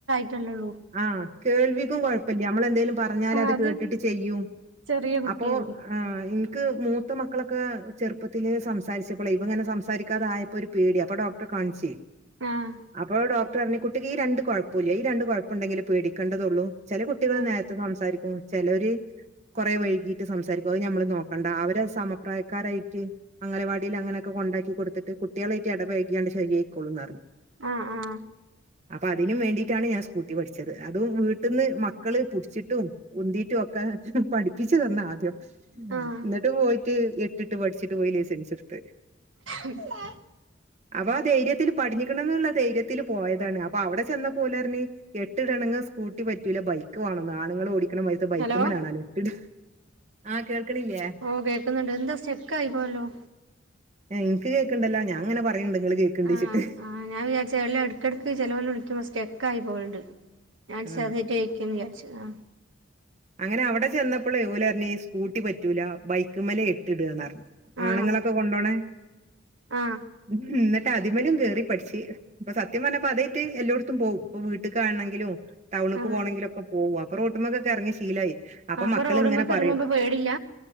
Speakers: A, on the right; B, on the right.
A: ത്തെല്ലോള്ളൂ
B: ആഹ് കേൾവിക്കും കുഴപ്പല്ല്യ നമ്മളെന്തേലും പറഞ്ഞാലത്
A: അത്
B: കേട്ട്ട്ട് ചെയ്യും
A: ചെറിയ കുട്ടിയല്ലേ
B: അപ്പോ ആഹ് ഇൻക്ക് മൂത്ത മക്കളൊക്കെ ചെറ്പ്പത്തിലേ സംസാരിച്ചപ്പളെ ഇവനിങ്ങനെ സംസാരിക്കാതായ ഇപ്പൊര് പേടി അപ്പൊ ഡോക്ടറേ കാണിച്ച്
A: ആഹ്
B: അപ്പോ ഡോക്ടറ് പറഞ്ഞ് കുട്ടിക്ക് ഈ രണ്ട് കുഴപ്പല്ല്യ ഈ രണ്ട് കൊഴപ്പണ്ടെങ്കി പേടിക്കേണ്ടതൊള്ളൂ ചെല കുട്ടികൾ
A: ആഹ്
B: നേരത്തെ സംസാരിക്കും ചെലൊര് കുറെ വൈകീട്ട് സംസാരിക്കും അത് ഞമ്മള് നോക്കണ്ട അവരെ സമപ്രായക്കാരായിട്ട് അംഗനവാടില് അങ്ങനൊക്കെ കൊണ്ടാക്കി കൊട്ത്തിട്ട് കുട്ട്യേളായിട്ട് എടപഴക്യാണ്ട് ശരിയായിക്കൊള്ളുന്നറഞ്ഞ്
A: ആഹ് ആഹ്
B: അപ്പതിന് വേണ്ടി ട്ടാണ് ഞാൻ സ്കൂട്ടി പഠിച്ചത് അതും വീട്ട്ന്ന് മക്കള് പുടിച്ചിട്ടും ഉന്തീട്ടും ഒക്കെ പഠിപ്പിച്ച് തന്നാദ്യം
A: ആഹ്
B: ഇന്നട്ട് പോയിട്ട് എട്ടിട്ട് പഠിച്ചിട്ട് പോയി ലൈസൻസ്ട്ത്ത്
A: ആഹ്
B: അപ്പൊ ആ ധൈര്യത്തിൽ പഠിഞ്ഞ്ക്ക്ണ്ന്ന്ള്ള ധൈര്യത്തില് പോയതാണ് അപ്പൊ അവിടെ ചെന്ന പ്പൊ ഓലെറ്ഞ്ഞ് എട്ടിടണെങ്ങ് സ്കൂട്ടി പറ്റൂല ബൈക്ക് വാണം ആണ്ങ്ങള് ഓടി ക്ക്ണ മതിരിത്തെ ബൈക്ക്മ്മലാണോലോ
A: ഹലോ
B: എട്ട്ടാ ആഹ് കേൾക്ക്ണില്ലേ
A: ഓഹ് കേക്ക്ന്ന്ണ്ട് എന്താ സ്റ്റെക്കായി പോയല്ലോ
B: ഏഹ് ഇൻക്ക് കേക്ക്ണ്ടല്ലോ ഞാന്ങ്ങനെ പറയ്ണ്ട് ഇങ്ങള് കേക്ക്ണ്ടേച്ചിട്ട്
A: ആഹ് ആഹ് ഞാൻ വിചാരിച്ച് എല്ലാ എടക്ക്കെടക്ക് ചെലോല് വിളിക്കുമ്പോ സ്റ്റെക്കായി പോവല്ണ്ട് ഞാൻ അടിച്ചാഞ്ഞിട്ടേക്കും
B: ആ
A: വിചാരിച്ചു ആഹ്
B: അങ്ങനെ അവ്ടെ ചെന്നപ്പളെ ഓല്റ്ഞ്ഞ് സ്കൂട്ടി പറ്റൂല ബൈക്ക്മ്മല് എട്ട്ടാന്ന്റ്ഞ്ഞ്
A: ആഹ്
B: ആണ്ങ്ങളൊക്കെ കൊണ്ടോണേ
A: ആഹ്
B: ഉം ഇന്നെട്ട് അതിമ്മലും കേറി പഠിച്ച് ഇപ്പൊ സത്യം പറഞ്ഞാ അതായിട്ട് എല്ലോട്ത്തും പോവും ഇപ്പൊ വീട്ട്ക്കാണെങ്കിലും ടൗണ്ക്ക്
A: ആഹ്
B: പോണങ്കിലൊക്കെ പോവും അപ്പൊ റോട്ട്മ്മക്കൊക്കെ എറങ്ങി ശീലായി അപ്പം
A: ആഹ് അപ്പൊ
B: മക്കള്
A: റോഡുമ്മക്ക്
B: ഇങ്ങനെ പറയും
A: ഇറങ്ങുമ്പോ പേടില്ല